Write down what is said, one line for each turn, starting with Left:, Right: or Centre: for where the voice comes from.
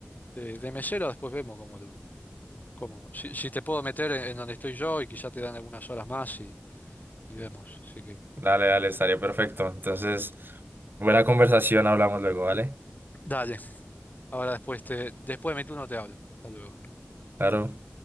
Left: de, de mesero, después vemos cómo lo, como si, si te puedo meter en, en donde estoy yo y quizá te dan algunas horas más y, y vemos. Así que
Right: Dale, dale, estaría perfecto. Entonces, buena conversación, hablamos luego, ¿vale?
Left: dale. Ahora después te, después de mi turno te hablo. Hasta luego.
Right: Claro.